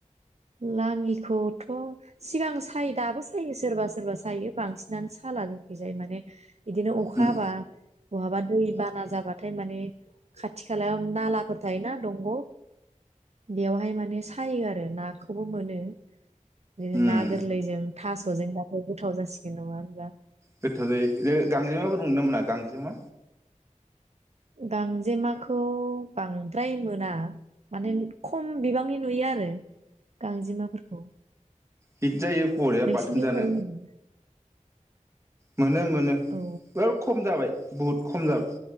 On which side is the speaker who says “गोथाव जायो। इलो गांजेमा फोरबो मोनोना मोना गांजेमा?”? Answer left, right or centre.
Right